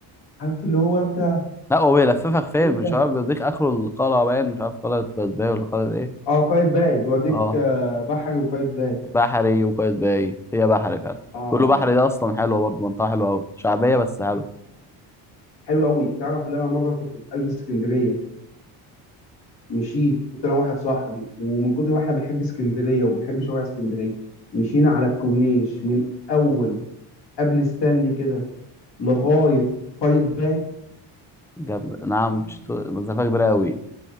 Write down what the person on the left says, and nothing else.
عارف اللي هو انت
ايه
ده
اه قايتباي بيوديك
آه، بحري وقايتباي
اه
حلو قوي تعرف ان انا مره كنت في قلب اسكندريه مشيت كنت انا واحد صاحبي ومن كتر ما احنا بنحب اسكندريه وبنحب شوارع اسكندريه مشينا على الكورنيش من اول قبل ستانلي كده لغايه قايد باي